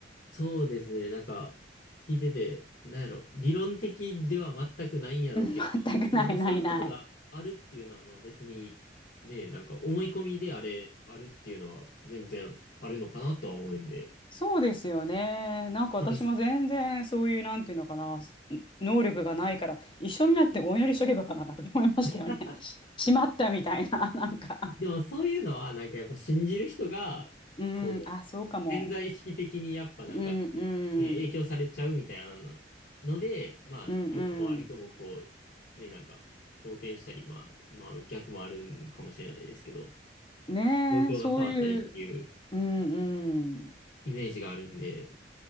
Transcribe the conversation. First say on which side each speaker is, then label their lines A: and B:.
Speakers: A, on the left; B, on the left.
A: そうですね。なんか、聞いてて、なんやろ、理論的では全くないんやろうけど、
B: <laughs> うん全くないないない。
A: でもまあそういうことがあるっていうのは、まあ別に、ね、なんか思い込みであれ、あるっていうのは全然あるのかなとは思うんで。
B: そうですよね。なんか私も全然そういう、
A: なんか
B: なんていうのかな、す能力がないから、一緒になってお祈りしとけばよかなとか思いましたよね。
A: <laughs>
B: <laughs> し、しまったみたいな、<laughs> なんか。
A: でもそういうのは、なんかやっぱ信じる人が、
B: うん、
A: こう、
B: あ、そうかも。
A: 潜在意識的にやっぱなんか
B: うん、う
A: ね、影響されちゃうみたいなので、
B: ん、
A: まあ、
B: うん、
A: 良くも悪くも、
B: う
A: こう、ね、なんか、好転したり、まあ、まあ、逆もあるんかもしれないですけど、
B: ん。ねえ、
A: 状況が変わったりっていう
B: そういう、うん、うん。
A: イメージがあるんで、